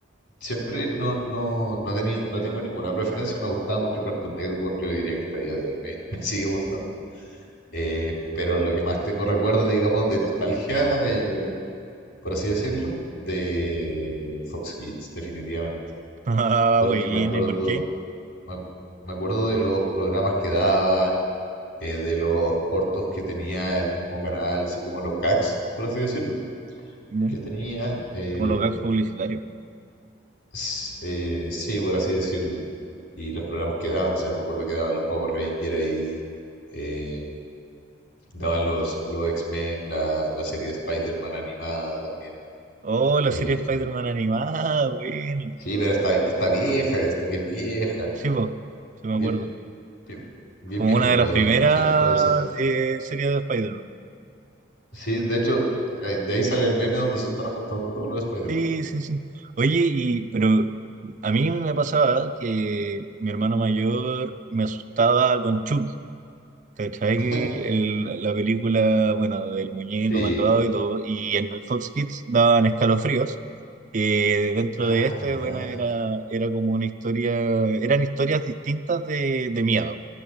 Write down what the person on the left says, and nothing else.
siempre no, no, no tenía, no tengo ninguna preferencia. Me gustaba mucho Cartoon Network, yo diría que hasta el día de hoy me, <laughs> me sigue gustando. Eh, pero lo que más tengo recuerdo, digamos, de nostalgia, eh, por así decirlo, de Fox Kids, definitivamente.
Porque
me acuerdo
Me, ac- me acuerdo de los programas que daban, eh, de los cortos que tenía el mismo canal, así como los gags, por así decirlo,
que tenía, eh,
s- eh, sí, por así decirlo, y los programas que daban, o sea, me acuerdo que daban los Power Rangers ahí, eh, daban los, los X-Men, la, la serie de Spider-Man animada también.
eh,
sí, pero esta, esta vieja, esta que es vieja,
bien,
bien, bien
vieja
como
de
los años 80 debe ser.
Sí, de hecho, eh, de ahí sale el meme donde se están apuntando todos los Spider-Man.
<laughs>
Sí,
ah,
verdad.